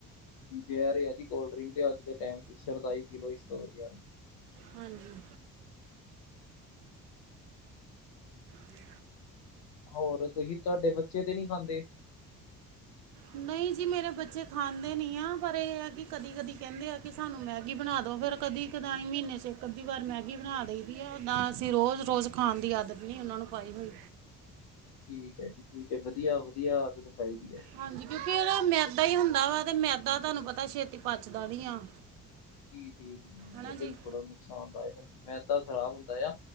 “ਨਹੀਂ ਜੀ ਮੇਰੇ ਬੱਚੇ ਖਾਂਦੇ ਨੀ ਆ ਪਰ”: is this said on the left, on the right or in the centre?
Right